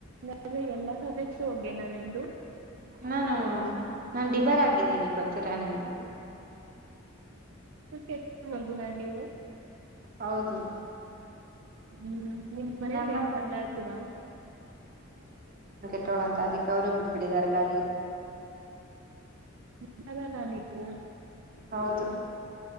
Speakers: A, on the right; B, on the right.
A: ಆಗ್ಲೆ ಎಲ್ಲ ಸಬ್ಜೆಕ್ಟ್ಸ್. ಹೋಗೇನಾ ನಿಮ್ದು
B: ನಾನು ನಾನ್ ಡಿಬರ್ ಆಗಿದಿನಿ ಗೊತ್ತಿಲ ನಿಮ್ಗೆ.
A: ಅಷ್ಟು ಕೆಟ್ <unintelligible> ನಾ ನೀವು
B: ಹೌದು
A: ಹ್ಮ್ ನಿಮ್ ಮನೇಲಿ
B: ನಮ್ಮ
A: ಏನು <unintelligible>
B: ಕಟ್ಟೋಳ್ ಅಂತ ಅದಿಕ್ಕೆ ಅವ್ರು ಬಿಟ್ಬಿಡಿದಾರ್ ಗಾಳಿಗೆ.
A: ಇಥರನಾ ನೀವು
B: ಹೌದು